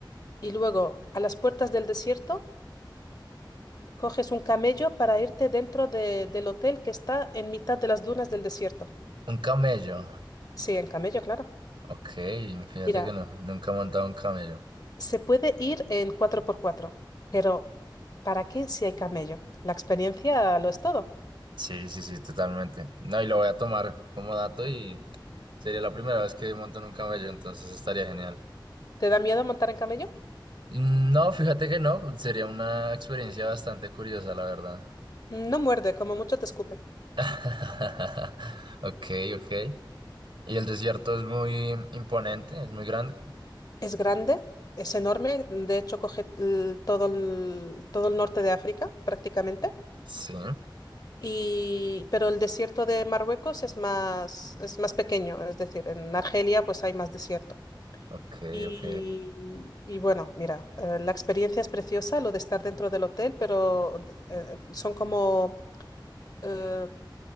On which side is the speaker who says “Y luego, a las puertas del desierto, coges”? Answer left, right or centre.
Left